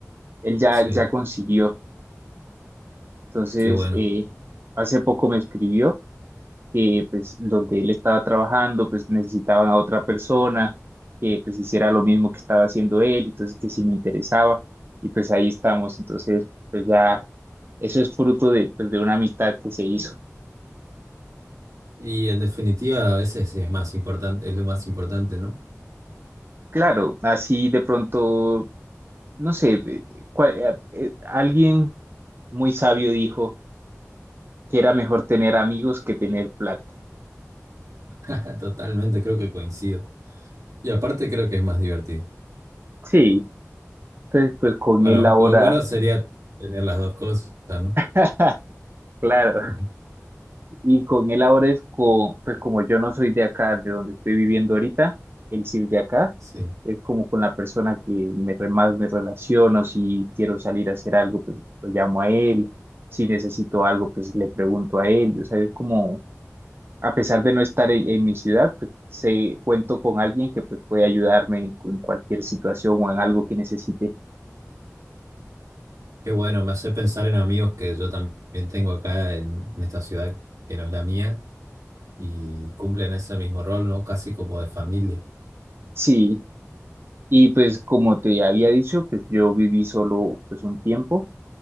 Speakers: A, on the right; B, on the right.
A: él ya,
B: Sí,
A: ya consiguió. Entonces,
B: qué bueno.
A: eh, hace poco me escribió que pues donde él estaba trabajando pues necesitaban a otra persona que pues hiciera lo mismo que estaba haciendo él, entonces que sí me interesaba y pues ahí estamos, entonces pues ya eso es fruto de pues de una amistad que se hizo.
B: Y en definitiva, a veces es más importante, es lo más importante, ¿no?
A: Claro, así de pronto, no sé, eh, cual- eh, eh, alguien muy sabio dijo que era mejor tener amigos que tener plata.
B: <laughs> Totalmente, creo que coincido. Y aparte creo que es más divertido.
A: Sí, entonces pues con
B: Bueno,
A: él ahora,
B: lo bueno sería tener las dos cosas, ¿no?
A: <laughs> claro.
B: Ujú.
A: Y con él ahora es co- pues como yo no soy de acá, de donde estoy viviendo ahorita, él sí es de acá,
B: Sí.
A: es como con la persona que me, re- más me relaciono, si quiero salir a hacer algo, pues lo llamo a él, si necesito algo, pues le pregunto a él, o sea, es como, a pesar de no estar en, en mi ciudad, pues sé, cuento con alguien que pues puede ayudarme en, cu- en cualquier situación o en algo que necesite.
B: Qué bueno, me hace pensar en amigos que yo también tengo acá en, en esta ciudad que no es la mía y cumplen ese mismo rol, ¿no? Casi como de familia.
A: Sí, y pues como te había dicho, pues yo viví solo pues un tiempo